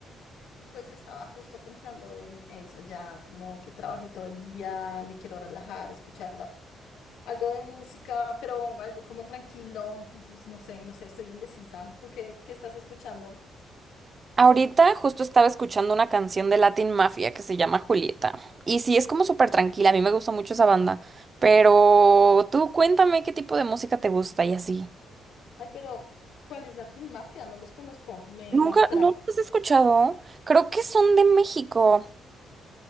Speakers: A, on the left; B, on the right.
A: Pues estaba justo pensando en eso, ya como que trabajé todo el día, me quiero relajar, escuchar a- algo de música, pero algo como tranquilo, entonces no sé, no sé, estoy indecisa. ¿Tú qué, qué estás escuchando?
B: Ahorita justo estaba escuchando una canción de Latin Mafia que se llama Julieta. Y sí, es como súper tranquila. A mí me gusta mucho esa banda. Pero tú cuéntame qué tipo de música te gusta y así.
A: Ay, pero cu- ¿cuál es Latin Mafia? No los conozco, me,
B: Nunca,
A: me extraña.
B: ¿no los has escuchado? Creo que son de México.